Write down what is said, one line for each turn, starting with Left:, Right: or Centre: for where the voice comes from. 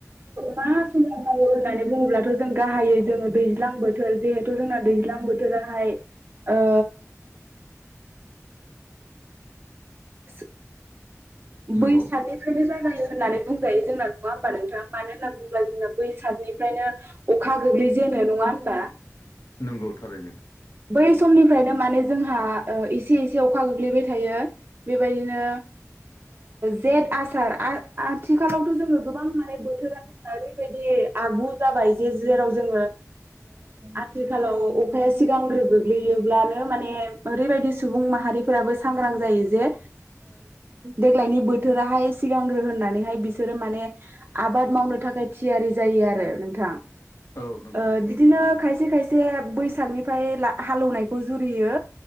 Right: मा समाव मावो होननानै बुङोब्लाथ' जों गाहायै जोङो दैज्लां बोथोर जिहेथु जोंना दैज्लां बोथोर बोथोआहाय आ सु
Left: नंगौ
Right: बैसनिफ्रायनो जागायो होननानै बुंजायो जोंना नङा ह होनोमबा नोंथां? मानो होनना बुोब्ला जोंना बैसागनिफ्रायनो अखा गोग्लै जेो नङा होनबा?
Left: नंगौ थारैनो।
Right: बै समनिफ्रायनो माने जोंहा एसे एसे अखा गोग्लैबाय थायो बेबायदिनो जेठ आसार आथिखालावथ' जोङो गोबां माने बोथोरा जोंना ओरैबायदि आगु जाबाय जेराव जोङो आथिखालाव सिगांग्रो गोग्लैयोब्लानो माने ओरैबायदि सुबुं माहारिफोराबो सां ग्रां जायो जे देग्लायनि बोथोराहाय सिगांग्रो होननानैहाय बिसोरो माने आबाद मावनो थाखाय थियारि जायो आरो नोंथां
Left: औ नंगौ
Right: ओ बिदिनो खाइसे खाइसे बैसागनि हालनायखौ जुरियो